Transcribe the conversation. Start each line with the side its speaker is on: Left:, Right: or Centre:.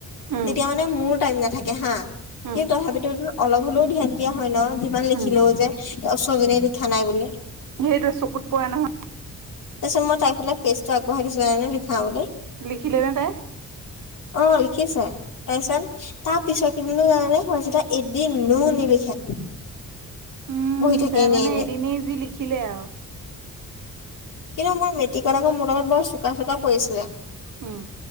Right: উম
Left: তেতিয়া মানে মোৰ টাইম নাথাকে হা
Right: উম
Left: কিন্তু তথাপিতো অলপ হ'লেও ধ্যান দিয়া হয় ন যিমান লিখিলেও
Right: উম
Left: যে। চজিন দেখা নাই বুলি।
Right: সেইটো চকুত পৰা নহয়।
Left: তাৰিছত মই তাই ফালে পেজটো আগবঢ়াই দিছোঁ লিখা বুলি।
Right: লিখিলেনে তাই।
Left: অ লিখিচে তাৰ পিছত। তাৰ পিছত কদিনো কাৰণে এদিনো নিলিখে।
Right: উম,
Left: বহি থাকে
Right: তাই
Left: এনেই
Right: মানে
Left: এনেই
Right: এদিনেই যি লিখিলে আৰু
Left: কিন্তু মোৰ মিট্ৰিকত আক মোৰ লগত বৰ চোকা চোকা পৰিছিলে।
Right: উম